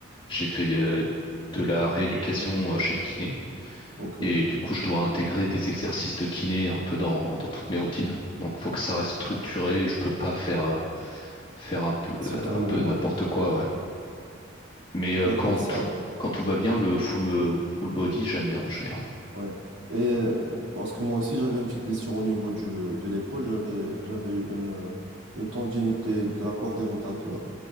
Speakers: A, on the left; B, on the right.
A: J'ai fait de, de la rééducation euh, chez le kiné.
B: Ok,
A: Et du coup, je dois intégrer des exercices de kiné un peu dans, dans toutes mes routines. Donc, faut que ça reste structuré. Je peux pas faire. euh, faire un peu,
B: certains
A: euh,
B: mouvements
A: un peu n'importe
B: et tout.
A: quoi, ouais. Mais euh,
B: Mais à
A: quand
B: part ça,
A: tout, quand tout va bien, le full, euh, full body, j'aime bien en général.
B: Ouais. Et euh, parce que moi aussi, j'avais une petite blessure au niveau du, euh, de l'épaule. J'avais, j'avais eu une, euh, une tendinite des- de, la coiffe des rotateurs.